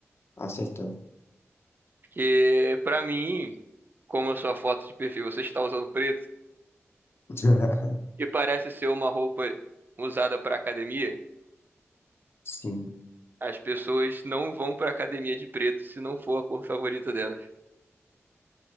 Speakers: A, on the left; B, on the right.
A: acertou.
B: Porque pra mim, como a sua foto de perfil, você está usando preto,
A: <laughs>
B: que parece ser uma roupa usada pra academia.
A: Sim,
B: As pessoas não vão pra academia de preto se não for a cor favorita delas.